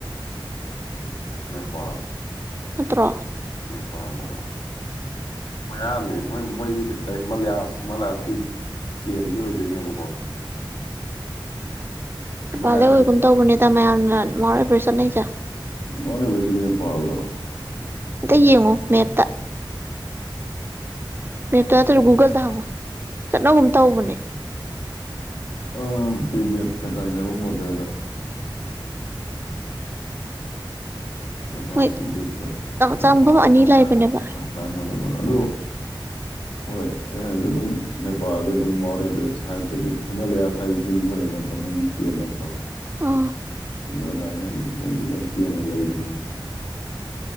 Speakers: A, on the left (about 75°); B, on the right (about 25°).
A: ꯅꯦꯄꯥꯜ
B: ꯑꯠꯇ꯭ꯔꯣ
A: ꯅꯦꯄꯥꯜꯗꯔꯣ ꯌꯥꯔꯅꯤ ꯃꯣꯏ ꯃꯣꯏꯁꯤꯦ ꯃꯂꯌꯥꯁ ꯃꯥꯂꯌꯥꯁꯀꯤ ꯆꯦꯟꯅꯤ ꯑꯣꯏꯗꯣꯏꯅꯦꯕꯀꯣ ꯍꯦꯃꯦꯁ
B: ꯅꯦꯄꯥꯜꯗꯩ ꯑꯣꯏꯒꯨꯝ ꯇꯧꯕꯅꯤꯗ ꯃꯌꯥꯝꯅ ꯃꯥꯎꯟ ꯑꯦꯚꯔꯦꯁ ꯆꯠꯅꯩꯁꯦ
A: ꯃꯅꯦꯁ ꯐꯜ ꯇꯔꯛ
B: ꯑꯝꯇ ꯌꯦꯡꯉꯣ ꯃꯦꯞꯇ ꯃꯦꯞꯇ ꯅꯠꯇ꯭ꯔꯒ ꯒꯨꯒꯜꯗ ꯍꯪꯉꯣ ꯆꯠꯅꯒꯨꯝ ꯇꯧꯕꯅꯦ
A: ꯑ ꯇꯦꯕꯤꯠ ꯀꯗꯥꯥꯏꯅꯕ ꯕꯗꯔꯗ ꯎꯝ ꯅꯦꯄꯥꯜ
B: ꯃꯣꯏ
A: ꯆꯕꯦꯠꯀ ꯅꯦꯄꯥꯜꯒ
B: ꯆꯪꯐꯝ ꯑꯅꯤ
A: ꯆꯅꯥꯒ
B: ꯂꯩꯕꯅꯦꯕ
A: ꯇꯥꯅꯕꯕ ꯑꯗꯨꯗꯣ ꯍꯣꯏ ꯑꯩ ꯍꯥꯏꯁꯦ ꯑꯗꯨꯝ ꯅꯦꯄꯥꯜꯁꯦ ꯑꯗꯨꯝ ꯃ ꯑꯦꯕ ꯁꯥꯏꯗꯁꯨ ꯍꯤꯃꯥꯂꯌꯥ ꯁꯥꯏ ꯆꯤꯡꯕꯅꯦ ꯅꯠꯇ꯭ꯔꯣ ꯃꯣꯏꯒꯤ ꯆꯦꯟ ꯅꯠꯇ꯭ꯔꯣ
B: ꯑꯥ
A: ꯑꯗꯨ ꯃꯣꯏꯗ ꯑꯩꯅ ꯑꯗꯨꯝ ꯃꯣꯏꯁꯨ ꯂꯣꯏ ꯆꯦꯟ ꯑꯣꯏꯅ ꯂꯩꯕꯅꯦꯕ